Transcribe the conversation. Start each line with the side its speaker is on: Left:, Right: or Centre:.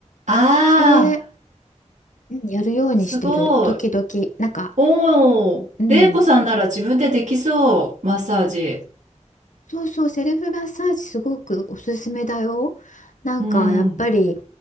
Right: ああ
Left: それ、うんやるようにしてる時々なんか
Right: すごいおおれいこさんなら自分でできそうマッサージ
Left: うんそうそうセルフマッサージすごくおすすめだよなんかやっぱり
Right: うんうん